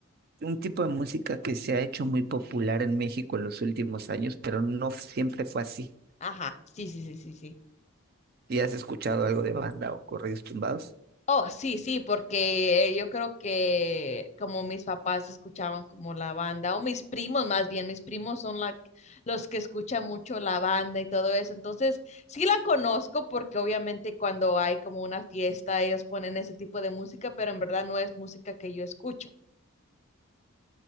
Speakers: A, on the right (about 45°); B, on the left (about 30°).
A: un tipo de música que se ha hecho muy popular en México en los últimos años, pero no siempre fue así.
B: ajá, sí, sí, sí, sí, sí.
A: ¿Y has escuchado algo de banda o corridos tumbados?
B: Oh, sí, sí, porque eh, yo creo que como mis papás escuchaban como la banda, o mis primos más bien, mis primos son la- los que escuchan mucho la banda y todo eso. Entonces, sí la conozco porque obviamente cuando hay como una fiesta, ellos ponen ese tipo de música, pero en verdad no es música que yo escucho.